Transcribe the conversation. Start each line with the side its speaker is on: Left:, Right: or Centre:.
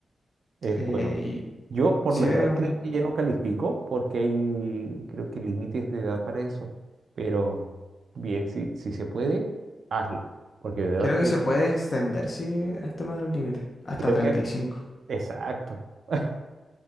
Right: es
Left: Eh,
Right: bueno.
Left: y
Right: Yo por
Left: si
Right: la
Left: es
Right: edad
Left: un-
Right: creo que ya no califico porque hay, creo que límites de edad para eso. Pero bien, si, si se puede, hazlo. Porque de verdad
Left: creo
Right: que
Left: que se puede extender, sí, el tema de los límites, hasta
Right: creo
Left: 35.
Right: que, exacto. <laughs>